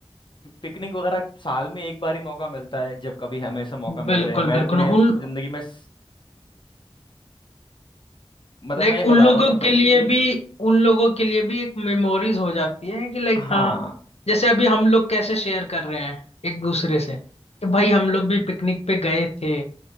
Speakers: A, on the left (about 50°); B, on the left (about 85°).
A: पिकनिक वगैरह साल में एक बार ही मौका मिलता है जब कभी हमें ऐसा मौका मिल
B: बिल्कुल
A: रहा है मैं
B: बिल्कुल
A: अपने
B: उन
A: जिंदगी में स- मतलब
B: लाइक
A: मैं ये
B: उन
A: बता
B: लोगों
A: रहा हूँ सिंपल
B: के लिए
A: कि
B: भी उन लोगों के लिए भी एक मेमोरीज हो जाती है कि लाइक
A: हाँ
B: हाँ जैसे अभी हम लोग कैसे शेयर कर रहे हैं एक दूसरे से कि भाई हम लोग भी पिकनिक पे गए थे